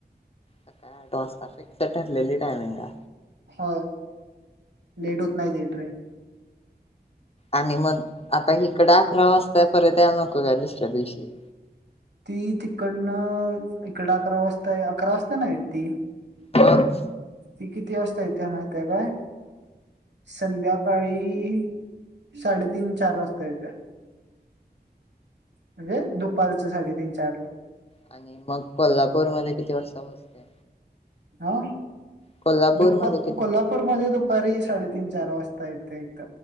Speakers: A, on the left; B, on the right.
A: सकाळी आठ वाजता फिक्स ठरलेली टायमिंग का?
B: होय लेट होत नाही ती ट्रेन
A: आणि मग आता हिकडं अकरा वाजता परत याला नको का दुसऱ्या दिवशी
B: ती तिकडनं इकडं अकरा वाजता अकरा वाजता नाही येत ती
A: मग
B: ती किती वाजता इथे माहितय काय? संध्याकाळी साडेतीन चार वाजता येत्या. म्हणजे दुपारचं साडेतीन चार
A: आणि मग कोल्हापूर मध्ये किती वाजता पोहोचते
B: हा
A: कोल्हापूरमध्ये
B: दुपा
A: किती
B: कोल्हापूरमध्ये दुपारी साडेतीन चार वाजता यतयत